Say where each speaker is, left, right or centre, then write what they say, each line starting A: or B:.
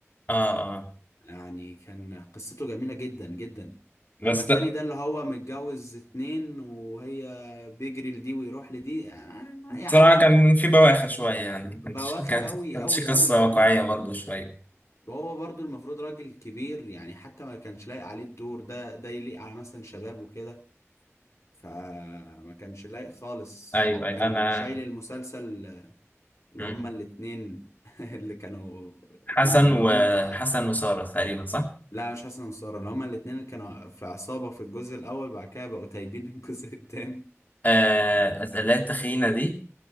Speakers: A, on the left (about 35°); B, on the left (about 75°).
A: اه اه
B: يعني كان قصته جميلة جدا جدا
A: بس
B: اما التاني
A: ده
B: ده اللي هو متجوز اتنين وهي بيجري لدي ويروح لدي آه،
A: بصراحة
B: يعني
A: كان في بواخر شوية يعني
B: بواخة
A: كانت كانت
B: قوي
A: كانت
B: قوي قوي
A: قصة
B: يعني
A: واقعية برضه شوية
B: وهو برضو المفروض راجل كبير يعني حتى ما كانش لايق عليه الدور ده ده يليق على مثلا شباب وكده فما كانش لايق خالص
A: ايوه
B: هو
A: ايوه
B: كان
A: انا
B: اللي شايل المسلسل اللي
A: مم.
B: هما الاتنين <laughs> اللي كانوا
A: حسن
B: كانوا اللي
A: وحسن
B: هما بتاع
A: وسارة تقريبا صح؟
B: لا مش حسن وسارة اللي هما الاتنين اللي كانوا في عصابة في الجزء الأول بعد كده بقوا تايبين <laughs> الجزء التاني
A: آه اللي هي التخينة دي